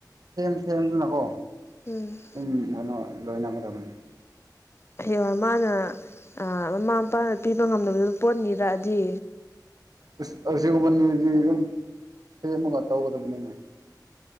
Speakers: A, on the right (about 55°); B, on the left (about 35°).
A: ꯊꯦꯝ ꯊꯦꯝꯗꯅꯀꯣ
B: ꯎꯝ꯫
A: ꯎꯝ ꯂꯣꯏꯅ ꯂꫭꯏꯅꯒꯗꯕꯅꯦ꯫
B: ꯍꯌꯦꯡꯋꯥꯏ ꯃꯥꯅ ꯑꯥ ꯃꯃꯥ ꯃꯄꯥꯅ ꯄꯤꯕ ꯉꯝꯗꯕꯗꯨ ꯄꯣꯠ ꯅꯤꯔꯛꯑꯗꯤ
A: ꯑꯁ ꯑꯁꯤꯒꯨꯝꯕꯅꯤꯗꯤ ꯑꯗꯨꯝ ꯁꯦꯝꯃꯒ ꯇꯧꯒꯗꯕꯅꯤꯅꯦ꯫